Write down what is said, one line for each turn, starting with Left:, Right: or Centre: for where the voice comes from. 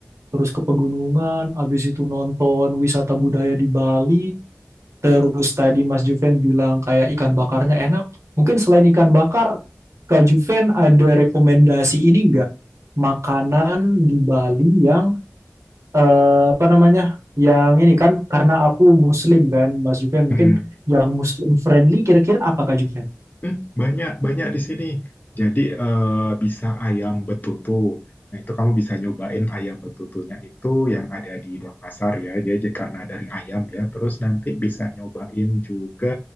Right: terus ke pegunungan, habis itu nonton wisata budaya di Bali. Terus tadi Mas Juven bilang kayak ikan bakarnya enak. Mungkin selain ikan bakar, Kak Juven ada rekomendasi ini nggak Makanan di Bali yang eh, apa namanya? Yang ini kan karena aku muslim kan, Mas Juven
Left: Mm-mm.
Right: mungkin yang muslim friendly kira-kira apa Kak Juven?
Left: Hmm, banyak banyak di sini. Jadi eh, bisa ayam betutu. Nah itu kamu bisa nyobain ayam betutunya itu yang ada di Denpasar ya. Jadi karena dari ayam ya. Terus nanti bisa nyobain juga